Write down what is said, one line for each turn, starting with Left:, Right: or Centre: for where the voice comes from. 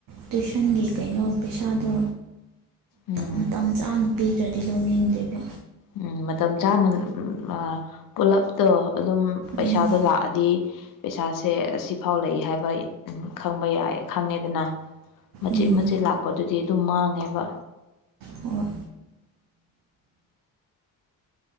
Right: ꯇꯨꯏꯁꯟꯒꯤ ꯀꯩꯅꯣ ꯄꯩꯁꯥꯗꯣ
Left: ꯎꯝ
Right: ꯃꯇꯝ ꯆꯥꯅ ꯄꯤꯈ꯭ꯔꯅꯤ ꯇꯤꯜ ꯂꯧꯅꯤꯡꯗꯦꯕ
Left: ꯎꯝ ꯃꯇꯝ ꯆꯥꯅ ꯑ ꯄꯨꯂꯞ ꯇꯣ ꯑꯗꯨꯝ ꯄꯩꯁꯥꯗꯣ
Right: ꯎꯝ
Left: ꯂꯥꯛꯑꯗꯤ ꯄꯩꯁꯥꯁꯦ ꯑꯁ ꯁꯤꯐꯥꯎ ꯂꯩꯏ ꯍꯥꯏꯕ ꯈꯪꯕ ꯌꯥꯏ ꯈꯪꯉꯦꯗꯅ ꯃꯆꯦꯠ
Right: ꯎꯝ
Left: ꯃꯆꯦꯠ ꯂꯥꯛꯄꯗꯨꯗꯤ ꯑꯗꯨꯝ ꯃꯥꯡꯉꯦ ꯅꯦꯕ
Right: ꯍꯣꯏ